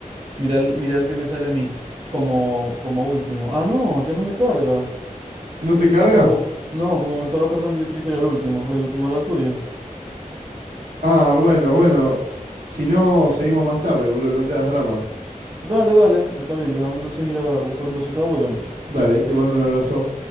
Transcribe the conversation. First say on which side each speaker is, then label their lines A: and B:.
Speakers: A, on the right; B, on the right.
A: Mira, el- mira el que me sale a mí. Como, como último. Ah, no, ya no me carga.
B: ¿No
A: XD
B: te carga?
A: como. No, como me estaba cargando, yo creí que era el último. El último era el tuyo.
B: Ah, bueno, bueno. Si no, seguimos más tarde, boludo. No te hagas drama.
A: Dale, dale. Está bien, déjame entonces ir a buscar un vasito de agua y vengo.
B: Dale, te mando un abrazo.